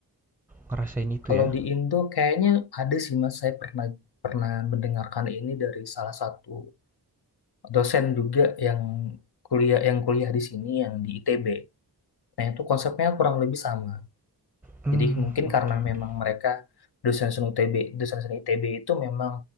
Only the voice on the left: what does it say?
Kalau
di Indo kayaknya ada sih Mas, saya pernah pernah mendengarkan ini dari salah satu dosen juga yang kuliah yang kuliah di sini yang di ITB. Nah, itu konsepnya kurang lebih sama.
Jadi mungkin
karena
memang mereka dosen-dosen UTB, dosen-dosen ITB itu memang